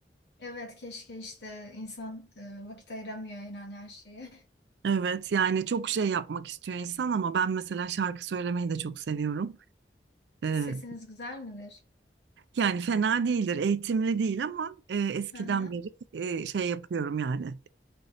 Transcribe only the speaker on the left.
Evet keşke işte insan e, vakit ayıramıyor yani her şeye. <laughs>
Sesiniz güzel midir?
Hı hı.